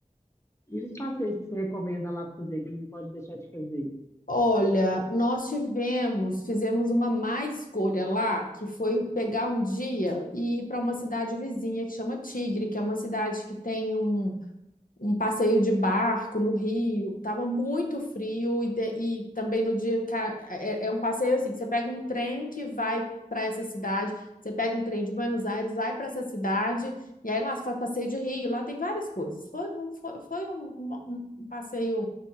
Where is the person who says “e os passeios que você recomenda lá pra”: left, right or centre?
Left